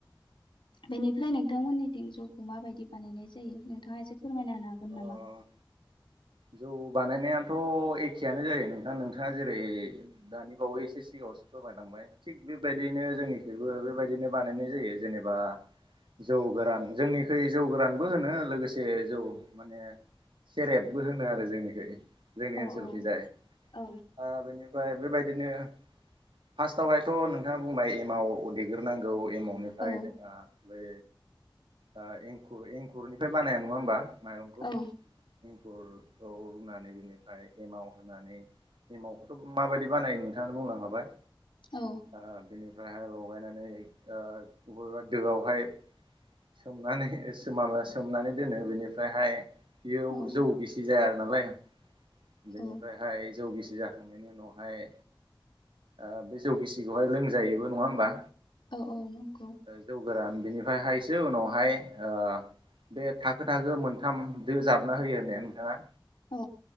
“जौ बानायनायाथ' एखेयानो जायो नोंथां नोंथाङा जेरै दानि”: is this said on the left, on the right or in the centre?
Right